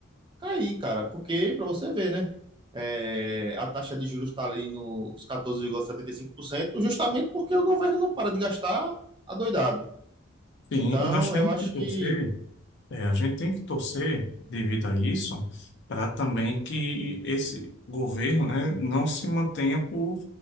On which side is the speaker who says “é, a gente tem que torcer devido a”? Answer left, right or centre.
Left